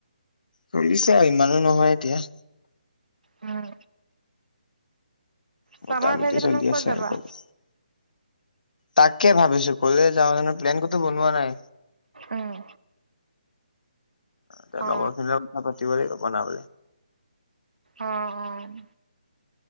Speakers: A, on the left; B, on the right.
A: চলিছে আৰু। ইমানো নহয় এতিয়া
B: উম
A: মোটামুটি
B: চামাৰ ভেকেচনত
A: চলি
B: ক'ত
A: আছে
B: যাবা
A: আৰু ক'বলে তাকে ভাবিছো, ক'লে যাওঁ জানো! প্লেন ক'তো বনোৱা নাই
B: উম
A: ।
B: অ
A: লগৰখিনিৰ লগত কথা পাতিব লাগিব। বনাব
B: অ' অ'।